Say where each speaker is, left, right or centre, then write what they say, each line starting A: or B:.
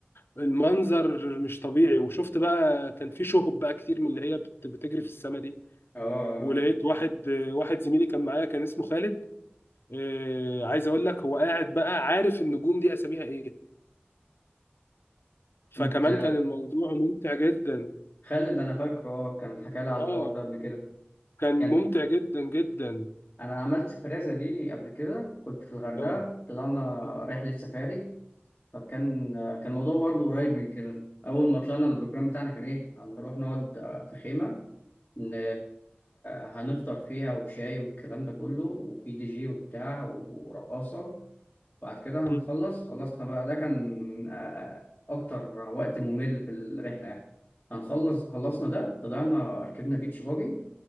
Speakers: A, on the left (about 70°); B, on the left (about 35°).
A: المنظر مش طبيعي وشفت بقى كان في شهب بقى كتير من اللي هي بت- بتجري في السما دي
B: اه
A: ولقيت واحد واحد زميلي كان معايا كان اسمه خالد آه، عايز اقول لك هو قاعد بقى عارف النجوم دي اساميها ايه فكمان
B: انت
A: كان الموضوع ممتع جدا
B: خالد انا فاكره اه كان حكى لي على
A: اه
B: الحوار ده قبل كده
A: كان ممتع
B: كان
A: جدا جدا
B: انا عملت سفرية زي دي قبل كده كنت في الغردقة
A: اه
B: طلعنا
A: مم.
B: رحلة سفاري فكان كان الموضوع برضه قريب من كده اول ما طلعنا البروجرام بتاعنا كان ايه هنروح نقعد آه، في خيمة ن- هنفطر فيها وشاي والكلام ده كله وفي دي جي وبتاع ورقاصة بعد كده هنخلص
A: مم.
B: خلصنا بقى ده كان آه، آه، أكتر وقت ممل في الرحلة يعني هنخلص خلصنا ده طلعنا ركبنا بيتش باجي